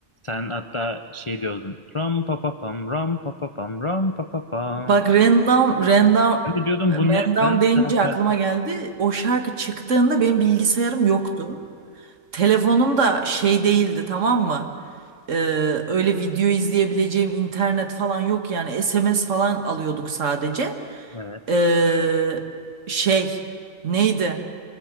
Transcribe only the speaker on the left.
sen hatta şey diyordun. Ram pa pa pam, ram pa pa pam, ram pa pa pam.
Ben de diyordum
bu ne falan.
Sen-
sen-
Evet